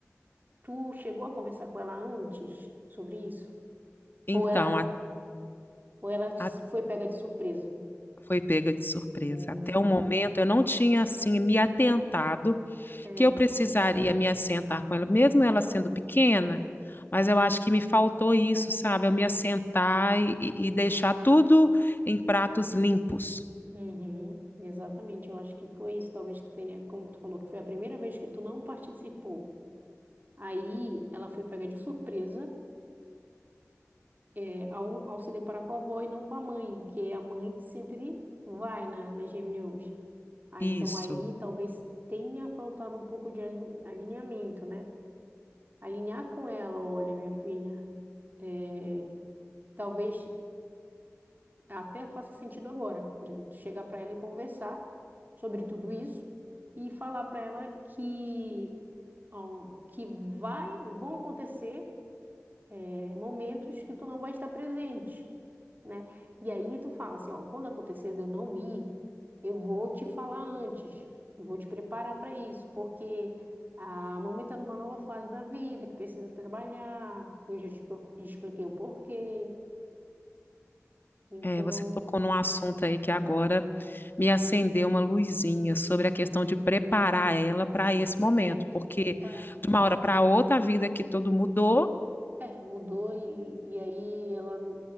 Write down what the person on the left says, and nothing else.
Então,
a,
a-
foi pega de surpresa.
Até o momento, eu não tinha, assim, me atentado
que eu precisaria me assentar com ela, mesmo ela sendo pequena, mas eu acho que me faltou isso, sabe? Eu me assentar e, e e deixar tudo em pratos limpos.
Isso.
É, você tocou num assunto aí que agora me acendeu uma luzinha sobre a questão de preparar ela para esse momento,
porque
de uma hora para outra a vida aqui todo mudou.